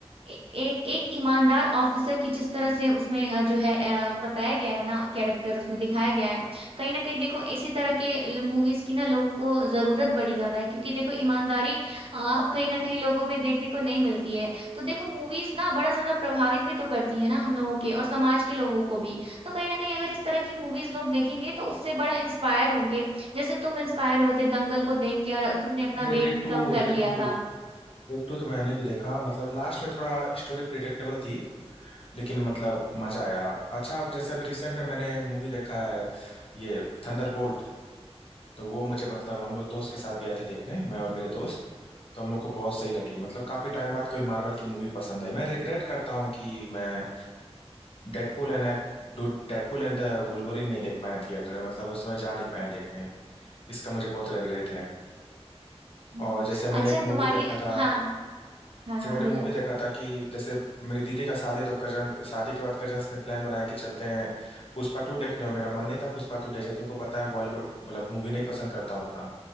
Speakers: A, on the right (about 55°); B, on the left (about 60°).
A: ए- एक एक ईमानदार ऑफिसर की जिस तरह से उसमें अ, जो है अ, बताया गया है ना कैरेक्टर उसमें दिखाया गया है कहीं ना कहीं देखो इसी तरह के मूवीज की ना लोगों को जरूरत बड़ी ज्यादा है क्योंकि देखो ईमानदारी अ, अब कहीं ना कहीं लोगों में देखने को नहीं मिलती है तो देखो मूवीज ना बड़ा ज्यादा प्रभावित भी तो करती है ना हम लोगों के और समाज के लोगों को भी तो कहीं ना कहीं अगर इस तरह की मूवीज लोग देखेंगे तो उससे बड़ा इंस्पायर होंगे जैसे तुम इंस्पायर हुए थे दंगल को देख के और तुमने अपना
B: नहीं
A: वेट
B: Red two
A: कम कर
B: Red
A: लिया
B: two
A: था
B: Red two तो मैंने भी देखा मतलब लास्ट में थोड़ा स्टोरी प्रिडिक्टेबल थी लेकिन मतलब मजा आया अच्छा अब जैसे अभी रिसेंट में मैंने मूवी देखा है ये थंडरबोल्ट तो वो मुझे मतलब हम लोग दोस्त के साथ गए थे देखने मैं और मेरे दोस्त तो हम लोग को बहुत सही लगी मतलब काफी टाइम बाद कोई मार्वल की मूवी पसंद आई मैं रिग्रेट करता हूँ कि मैं Deadpool and Deadpool and the Wolverine नहीं देख पाए थिएटर में मतलब उस समय जा नहीं पाए देखने इसका मुझे बहुत रिग्रेट है
A: हाँ
B: और जैसे मैंने
A: अच्छा
B: एक मूवी
A: तुम्हारी
B: देखा था
A: हाँ हाँ
B: जैसे
A: हाँ
B: मैंने
A: बोलो
B: मूवी देखा था कि जैसे मेरी दीदी का शादी तो कजन शादी के बाद कजन्स ने प्लान बनाया कि चलते हैं पुष्पा टू देखने और मेरा मन नहीं था पुष्पा टू देखे तुमको पता है बॉलीवुड मतलब मूवी नहीं पसंद करता उतना